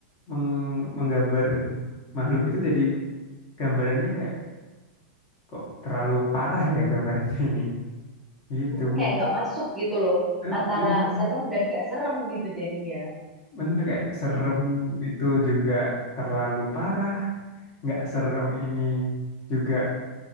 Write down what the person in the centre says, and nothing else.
Mm-mm, kayak nggak masuk gitu loh
antara
serem dan nggak serem gitu jadinya